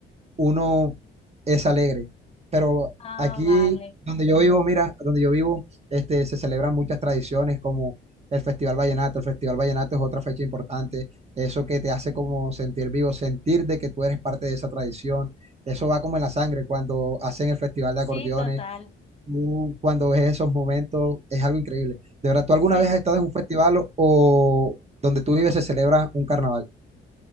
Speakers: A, on the right; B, on the left.
A: uno es alegre. Pero
B: Ah,
A: aquí
B: vale.
A: donde yo vivo, mira, donde yo vivo, este, se celebran muchas tradiciones como el Festival Vallenato. El Festival Vallenato es otra fecha importante. Eso que te hace como sentir vivo, sentir de que tú eres parte de esa tradición. Eso va como en la sangre cuando hacen el Festival de
B: Sí,
A: Acordeones.
B: total.
A: tú cuando ves esos momentos, es algo increíble. De verdad, ¿tú
B: Sí.
A: alguna vez has estado en un festival o, o donde tú vives se celebra un carnaval?